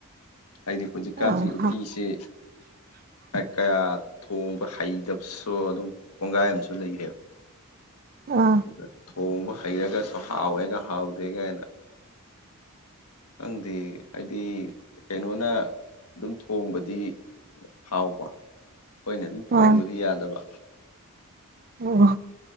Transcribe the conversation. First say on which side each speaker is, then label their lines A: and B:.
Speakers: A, on the left; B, on the right.
A: ꯍꯥꯏꯗꯤ ꯍꯧꯖꯤꯛꯀꯥꯟꯁꯤ
B: ꯑꯥ
A: ꯎꯇꯤꯁꯦ
B: <inaudible>
A: ꯀꯌꯥ ꯊꯣꯡꯕ ꯍꯩꯇꯕꯁꯨ ꯑꯗꯨꯝ ꯀꯣꯡꯒꯥꯏ ꯑꯃꯁꯨ ꯂꯩꯔꯦꯕ
B: ꯑꯥ
A: ꯑꯗꯨꯗ ꯊꯣꯡꯕ ꯍꯩꯔꯒꯁꯨ ꯍꯥꯎꯋꯦꯒ ꯍꯥꯎꯇꯦꯒꯥꯏꯅ ꯈꯪꯗꯦ ꯑꯩꯗꯤ ꯀꯩꯅꯣꯅ ꯑꯗꯨꯝ ꯊꯣꯡꯕꯗꯤ ꯍꯥꯎꯕ ꯑꯈꯣꯏꯅ ꯑꯗꯨꯝ ꯊꯣꯡꯕꯗꯤ
B: ꯑꯥ
A: ꯌꯥꯗꯕ
B: ꯑꯣ